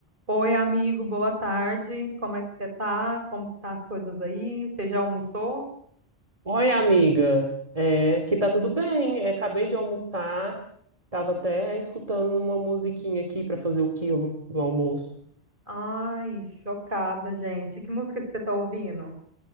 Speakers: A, on the right (about 55°); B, on the right (about 35°).
A: Oi, amigo, boa tarde. Como é que você tá? Como que tá as coisas aí? Você já almoçou?
B: Oi, amiga. É, que tá tudo bem. É, acabei de almoçar. Tava até escutando uma musiquinha aqui pra fazer o quilo do almoço.
A: Ai, chocada, gente. Que música que você tá ouvindo?